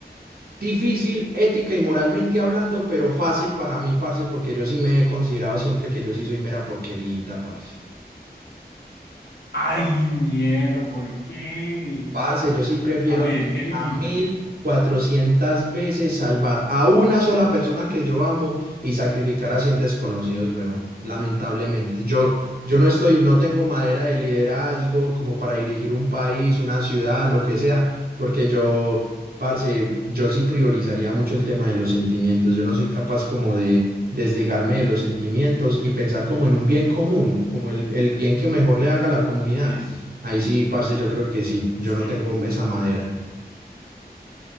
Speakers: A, on the right; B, on the left.
A: Difícil, ética y moralmente hablando, pero fácil para mí, parce, porque yo sí me he considerado siempre que yo sí soy mera porquerita, parce.
B: Ay, ñero, ¿por qué?
A: Parce, yo sí prefiero
B: A ver,
A: treinta
B: ¿qué elegir?
A: mil cuatrocientas veces salvar a una sola persona que yo amo y sacrificar a 100 desconocidos, huevón. Lamentablemente, yo, yo no estoy, no tengo madera de liderazgo como para dirigir un país, una ciudad, lo que sea, porque yo, parce, yo sí priorizaría mucho el tema de los sentimientos. Yo no soy capaz como de desligarme de los sentimientos y pensar como en un bien común, como el, el bien que mejor le haga a la comunidad.
B: Sí,
A: Ahí sí, parce, yo creo que sí. Yo
B: sí.
A: no tengo esa madera.